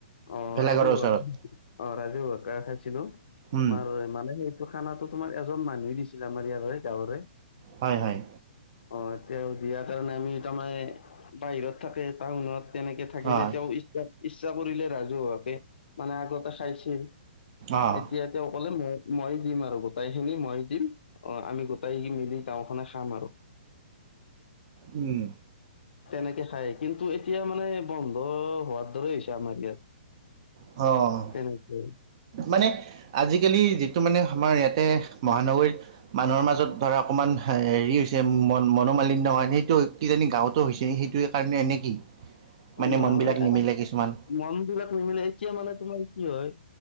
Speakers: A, on the left; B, on the right.
A: অঁ
B: ভেলাঘৰৰ
A: ৰাজু
B: ওচৰত
A: বত অঁ ৰাজু বত খানা খাইছিলো।
B: উম
A: তোমাৰ মানে সেইটো খানাটো তোমাৰ এজন মানুহেই দিছিল আমাৰ ইয়াৰ গাঁৱৰে।
B: হয় হয়।
A: অঁ তেওঁ দিয়াৰ কাৰণে আমি তামানে বাহিৰত থাকে টাউনত। তেনেকে থাকিলে
B: অঁ
A: তেওঁ ইচ্ছা ইচ্ছা কৰিলে ৰাজহুৱাকে- মানে আগতে খাইছিল
B: অঁ
A: এতিয়া- তেওঁ ক'লে মই মই দিম আৰু গোটেই খিনি মই দিম। অঁ আমি গোটেই মিলি গাওখনে খাম আৰু।
B: উম'
A: তেনেকে খায় কিন্তু এতিয়া মানে বন্ধ হোৱাৰ দৰে হৈছে আমাৰ ইয়াত।
B: অঁ'
A: কেনেকেই।
B: মানে আজিকালি যিটো মানে আমাৰ ইয়াতে মহানগৰীত- মানুহৰ মাজত ধৰা অকমান হেৰি হৈছে মন মনোমালিন্য হয় সেইটো- কিজানি গাঁৱতো হৈছে সেইটোৱে কাৰণে নে কি? মানে
A: নহয়
B: মনবিলাক নিমিলে
A: আৰু
B: কিছুমান
A: মন বিলাক নিমিলে এতিয়া মানে তোমাৰ কি হয়?